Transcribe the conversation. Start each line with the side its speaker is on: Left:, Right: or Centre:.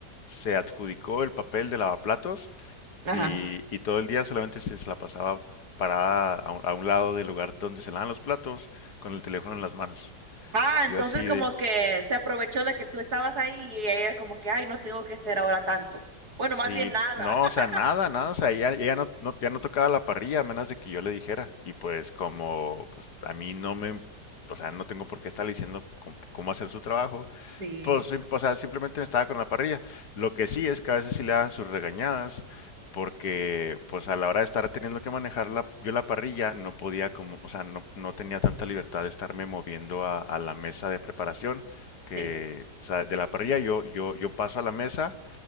Left: se adjudicó el papel de lavaplatos
Right: Ajá.
Left: y, y todo el día solamente se se la pasaba parada a un, a un lado del lugar donde se lavan los platos con el teléfono en las manos.
Right: Ah, entonces
Left: Yo así
Right: como
Left: de,
Right: que se aprovechó de que tú estabas ahí y ella como que, ay, no tengo que hacer ahora tanto. Bueno,
Left: Sí,
Right: más bien nada.
Left: no,
Right: <laughs>
Left: o sea, nada, nada, o sea, ella, ella no, no- ya no tocaba la parrilla a menos de que yo le dijera. Y pues como pues, a mí no me, o sea, no tengo por qué estarle diciendo cómo, cómo hacer su trabajo,
Right: Sí,
Left: pues, sim- o sea, simplemente me estaba con la parrilla. Lo que sí es que a veces sí le dan sus regañadas, porque pues a la hora de estar teniendo que manejar la, yo la parrilla no podía como, o sea, no, no tenía tanta libertad de estarme moviendo a, a la mesa de preparación, que,
Right: sí.
Left: o sea, de la parrilla yo, yo, yo paso a la mesa